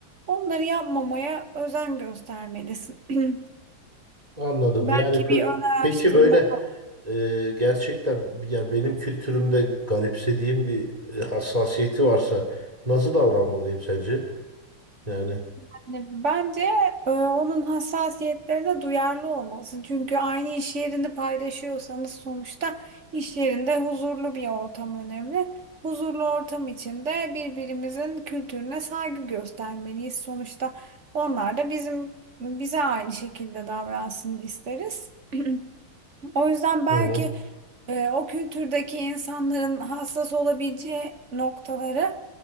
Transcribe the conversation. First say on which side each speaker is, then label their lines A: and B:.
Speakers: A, on the right; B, on the right.
A: Onları yapmamaya özen göstermelisin. <clears throat>
B: anladım.
A: Belki
B: Yani pe-
A: bir ön
B: peki
A: araştırma
B: böyle
A: falan.
B: e, gerçekten ya benim kültürümde garipsediğim bir e, hassasiyeti varsa nasıl davranmalıyım sence? Yani.
A: Hani bence e, onun hassasiyetlerine duyarlı olmalısın. Çünkü aynı iş yerini paylaşıyorsanız sonuçta iş yerinde huzurlu bir ortam önemli. Huzurlu ortam içinde birbirimizin kültürüne saygı göstermeliyiz. Sonuçta onlar da bizim bize aynı şekilde davransın isteriz. <clears throat> O yüzden belki
B: Hı hı.
A: e, o kültürdeki insanların hassas olabileceği noktaları